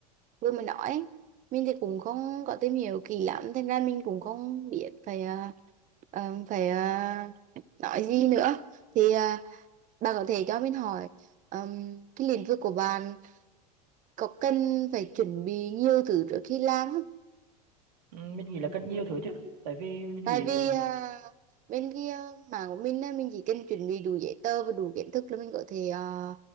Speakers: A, on the right; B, on the right.
A: vừa mới nói ấy. Mình thì cũng không có tìm hiểu kỹ lắm thành ra mình cũng không biết phải ờ, ờ, phải ờ, nói gì nữa thì ờ, bạn có thể cho mình hỏi ờm, cái lĩnh vực của bạn có cần phải chuẩn bị nhiều thứ trước khi làm không?
B: Ừ, mình nghĩ là rất nhiều thứ chứ tại vì mình
A: tại
B: nghĩ
A: vì à, bên kia mảng của mình á, mình chỉ cần chuẩn bị đủ giấy tờ và đủ kiến thức là mình có thể à,